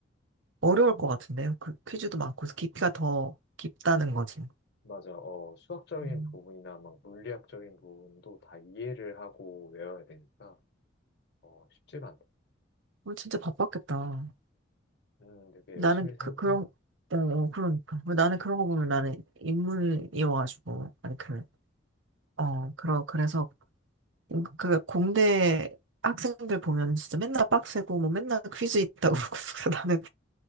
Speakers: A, on the right (about 80°); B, on the left (about 60°).
A: 어려울 것 같은데요. 그 퀴즈도 많고 깊이가 더 깊다는 거지.
B: 맞아. 어, 수학적인
A: 음.
B: 부분이나 막 물리학적인 부분도 다 이해를 하고 외워야 되니까, 어, 쉽지가 않다.
A: 우리 진짜 바빴겠다.
B: 음, 되게
A: 나는
B: 열심히 살았던
A: 그, 그런,
B: 것 같아.
A: 어, 어, 그러니까. 나는 그런 거 보면 나는 인문이어가지고, 아니, 그, 어, 그러, 그래서 음, 그 공대 학생들 보면 진짜 맨날 빡세고 뭐 맨날 퀴즈 있다고 <laughs> 그러고 래서 나는